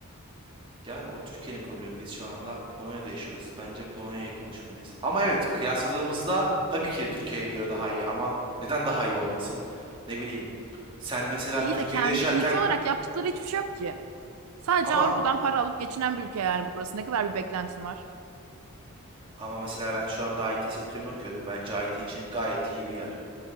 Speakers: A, on the right (about 20°); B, on the right (about 80°).
A: Yani o Türkiye'nin problemi. Biz şu anda Polonya'da yaşıyoruz. Bence Polonya'yı konuşmalıyız. Ama evet kıyasladığımızda tabii ki Türkiye'ye göre daha iyi ama neden daha iyi olmasın? Ne bileyim. Sen mesela
B: İyi
A: Türkiye'de
B: de kendi
A: yaşarken
B: ülke olarak yaptıkları hiçbir şey yok ki. Sadece
A: ama
B: Avrupa'dan para alıp geçinen bir ülke yani burası. Ne kadar bir beklentin var?
A: ama mesela ben şu anda IT sektörünü okuyorum. Bence IT için gayet iyi bir yer.